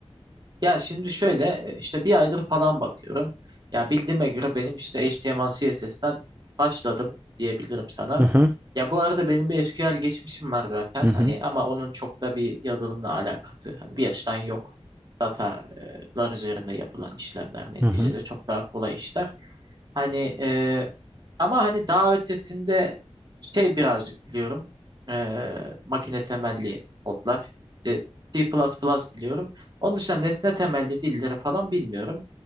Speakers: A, on the right (about 40°); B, on the right (about 20°).
A: Ya şimdi şöyle e, işte bir aydır falan bakıyorum. Ya bildiğime göre benim işte HTML CSS'ten başladım diyebilirim sana.
B: Hı hı.
A: Ya bu arada benim bir SQL geçmişim var zaten.
B: Hı hı.
A: Hani ama onun çok da bir yazılımla alakası hani bir açıdan yok. Datalar üzerinde yapılan işlemler neticede
B: Hı hı.
A: çok daha kolay işler. Hani e, ama hani daha ötesinde şey birazcık biliyorum. E, makine temelli kodlar. İşte C++ biliyorum. Onun dışında nesne temelli dilleri falan bilmiyorum.